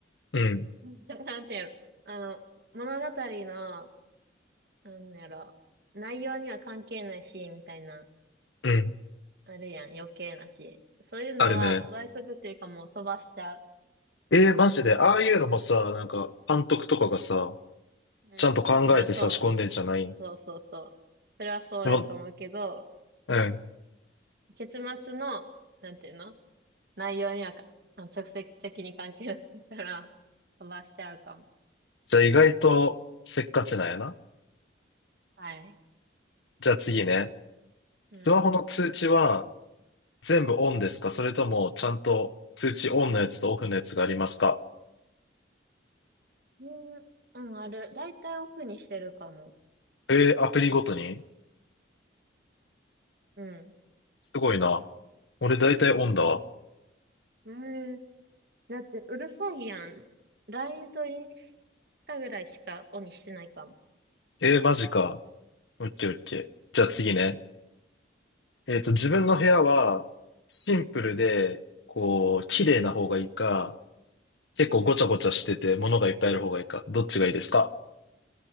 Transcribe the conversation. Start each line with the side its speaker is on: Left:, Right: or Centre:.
Left: うん、
Right: <laughs> なんていうの。あの、物語の、なんやろ、内容には関係ないシーンみたいな、
Left: うん。
Right: あるやん、余計なシーン。そういうのは、
Left: あれね。
Right: 倍速っていうかもう飛ばしちゃう。
Left: えー、マジで、ああいうのもさ、なんか監督とかがさ、
Right: うん。
Left: ちゃんと考えて差し込んでんじゃない
Right: まあ、そう。そうそうそう。それはそうやと思うけど、
Left: でも、うん。
Right: 結末の、なんていうの内容にはか、あの直接的に関係なかったら、<laughs> 飛ばしちゃうかも。
Left: じゃあ意外とせっかちなんやな。
Right: はい。
Left: じゃあ次ね。
Right: うん。
Left: スマホの通知は全部オンですかそれともちゃんと通知オンのやつとオフのやつがありますか
Right: えーうん、ある。だいたいオフにしてるかも。
Left: えー、アプリごとに
Right: うん。
Left: すごいな。俺大体オンだわ。
Right: なんかえーだって、うるさいやん。LINE とインスタぐらいしかオンにしてないかも。
Left: えー、マジか。オッケーオッケー。じゃあ次ね。えっと、
Right: う
Left: 自分の部屋はシンプルで、こう、綺麗な方がいいか、結構ごちゃごちゃしてて物がいっぱいある方がいいか、どっちがいいですか